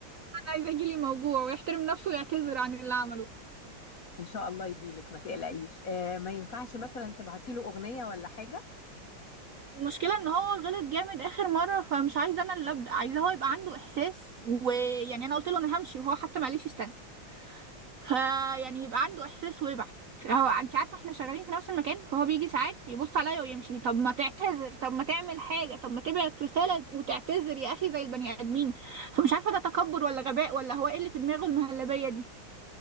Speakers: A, on the right; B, on the left.
A: <laughs> انا عايزه يجيلي موجوع ويحترم نفسه ويعتذر عن اللي عمله
B: ان شاء الله يجيلك ما تقلقيش آه ما ينفعش مثلا تبعتي له أغنية ولا حاجة
A: المشكله ان هو غلط جامد اخر مره فمش عايزه انا اللي ابدا عايزه هو يبقى عنده احساس ويعني انا قلت له انا همشي وهو حتى معلش استنى فيعني يبقى عنده احساس ويبعت هو انت عارفه احنا شغالين في نفس المكان فهو بيجي ساعات يبص عليا ويمشي طب ما تعتذر طب ما تعمل حاجه طب ما تبعت رساله وتعتذر يا اخي زي البني ادمين فمش عارفه ده تكبر ولا غباء ولا هو ايه اللي في دماغه المهلبيه دي